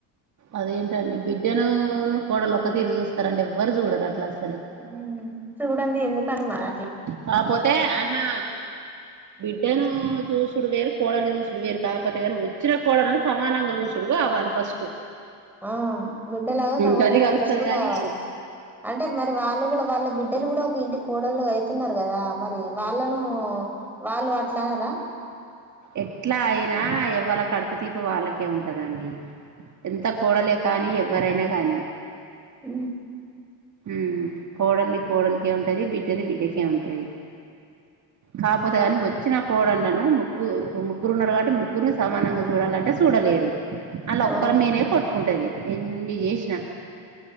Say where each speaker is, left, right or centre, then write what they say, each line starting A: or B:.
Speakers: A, on the right; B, in the centre.
A: అదేంటండి బిడ్డను కోడల్ని ఒక తీరు చూస్తారండి ఎవ్వరు చూడరు అట్లా అస్
B: ఊ చూడండి ఎందుకని మర
A: కాపోతే ఆహా బిడ్డను చూసుడు వేరు కోడల్ని చూసుడు వేరు కాకపోతే కానీ వచ్చిన కోడల్ని సమానంగా చూసుడుగావాలి ఫస్ట్
B: ఆ బిడ్డలాగా సమానంగా
A: గది కలుస్తది
B: చూశుడు
A: గాని
B: కావాలి అంటే మరి వాళ్ళు కూడా వాళ్ళ బిడ్డ బిడ్డలు కూడా ఒక ఇంటి కోడల్లు అయితున్నారు కదా మరి వాళ్ళను వాళ్ళు అట్ల అనర
A: ఎట్లా అయినా ఎవ్వల కడుపు తీపు వాళ్ళకే ఉంటదండి. ఎంత కోడలే కానీ ఎవ్వరైనా కానీ
B: ఊ
A: ఊ కోడల్ది కోడలికే ఉంటది బిడ్డది బిడ్డకే ఉంటది కాకపోతే కాని వచ్చిన కోడండ్లను ముగ్గురు ఇప్పుడు ముగ్గురు ఉన్నారు కాబట్టి ముగ్గురుని సమానంగా చూడాలంటే చూడలేరు వాళ్ళ ఒక్కరి
B: ఆ
A: మీనే కొట్టుకుంటది. ఎన్ని చేసిన